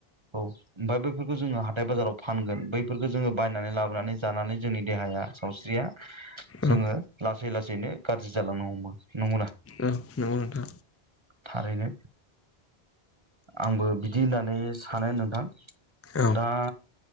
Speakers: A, on the right; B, on the left.
A: औ ओमफ्राय बैफोरखौ जोङो हाथाय बाजाराव फानगोन बैफोरखौ जोङो बायनानै लाबोनानै जानानै जोंनि देहाया सावस्रिया जोङो
B: औ
A: ला लासै लासैनो गाज्रि जालांनो हमो नोंगौ ना
B: औ नोंगौ नोंथा
A: थारैनो आंबो बिदि होनना होननानै सानो नोंथां
B: औ
A: दा